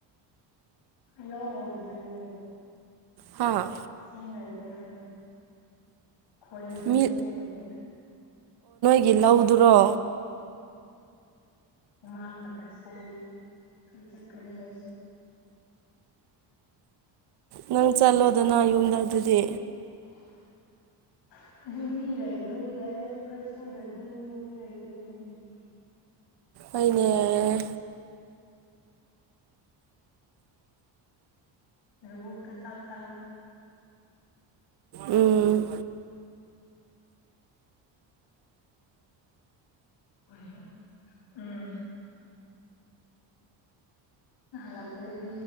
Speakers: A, on the left; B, on the right.
A: ꯂ ꯍꯧꯗꯌꯦ
B: ꯍꯥ
A: ꯁꯤꯦꯡꯥꯏꯇ ꯍꯥꯏ ꯈꯣꯏꯅꯕ
B: ꯃꯤ
A: ꯏꯁꯤꯡ ꯂꯩꯇꯦ
B: ꯒꯤꯜꯍꯧꯗꯨꯔꯣ
A: ꯃꯥ ꯀꯥꯁꯦ ꯀꯅꯤ ꯑꯣ
B: ꯅꯪ ꯆꯠꯂꯣꯗꯅ ꯌꯨꯝꯗ ꯑꯗꯨꯗꯤ
A: <unintelligible> ꯑꯗꯨ ꯃꯤ ꯂꯩꯗ ꯑꯩ ꯑꯩꯈꯣꯏ ꯁꯨꯔꯗꯗꯤ ꯃꯤ ꯂꯩꯇꯣꯏꯅꯤ
B: ꯑꯩꯣꯏꯅꯦ
A: ꯎꯝꯕꯨꯛ ꯆ ꯆꯥ
B: ꯎꯝ
A: ꯑꯣꯏꯔꯣ ꯎꯝ ꯂꯄꯦ ꯑꯗꯨ